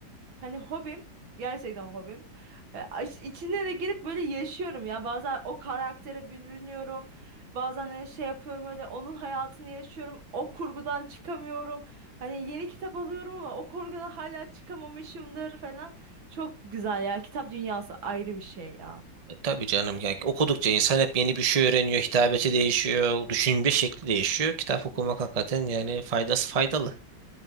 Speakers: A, on the right; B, on the right.
A: hani hobim. Gerçekten hobim. E, aş- içine de girip böyle yaşıyorum ya. Bazen o karaktere bürünüyorum. Bazen hani şey yapıyorum öyle onun hayatını yaşıyorum. O kurgudan çıkamıyorum. Hani yeni kitap alıyorum ama o kurgudan hala çıkamamışımdır falan. Çok güzel ya. Kitap dünyası ayrı bir şey ya.
B: E, tabii canım ya. Okudukça insan hep yeni bir şey öğreniyor. Hitabeti değişiyor. Düşünce şekli değişiyor. Kitap okumak hakikaten yani faydası faydalı.